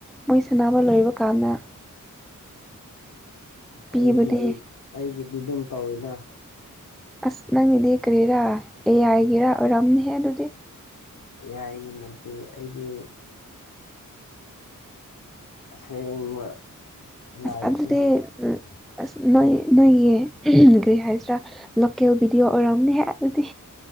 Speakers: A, in the centre; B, on the left.
A: ꯃꯣꯏ ꯁꯥꯟꯅꯕ ꯂꯣꯏꯕ ꯀꯥꯟꯗ ꯄꯤꯕꯅꯦ
B: ꯑꯩꯒꯤꯗꯤ ꯑꯩꯒꯤꯗꯤ ꯑꯗꯨꯝ ꯇꯧꯋꯤꯅ
A: ꯑꯁ ꯅꯪꯒꯤꯗꯤ ꯀꯔꯤꯔꯥ ꯑꯦꯌꯥꯥꯏꯒꯤꯦꯔꯥ ꯑꯣꯏꯔꯝꯅꯤꯍ ꯑꯗꯨꯗꯤ
B: ꯌꯥꯒꯤ ꯅꯠꯇꯦ ꯑꯩꯗꯤ ꯑꯁꯦꯡꯕ ꯂꯥꯏꯐꯇꯨꯅꯤ
A: ꯑꯁ ꯑꯗꯨꯗꯤ ꯑꯁ ꯅꯣꯏ ꯅꯣꯏꯒꯤ ꯀꯔꯤ ꯍꯥꯏꯁꯤꯔꯥ ꯂꯣꯀꯦꯜ ꯚꯤꯗꯤꯑꯣ ꯑꯣꯏꯔꯝꯑꯝꯅꯦꯍꯦꯛ ꯑꯗꯨꯗꯤ